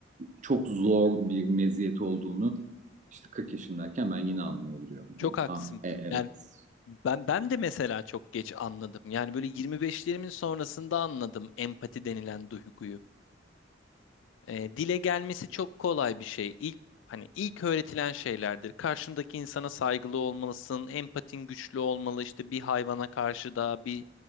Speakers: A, on the right; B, on the left.
A: Çok zor bir meziyet olduğunu işte 40 yaşındayken ben yine anlayabiliyorum.
B: Çok
A: Hani,
B: haklısın.
A: ha, e, evet,
B: Yani ben ben de mesela çok geç anladım. Yani böyle 25'lerimin sonrasında anladım empati denilen duyguyu. E, dile gelmesi çok kolay bir şey. İlk hani ilk öğretilen şeylerdir. Karşındaki insana saygılı olmalısın, empatin güçlü olmalı. İşte bir hayvana karşı da, bir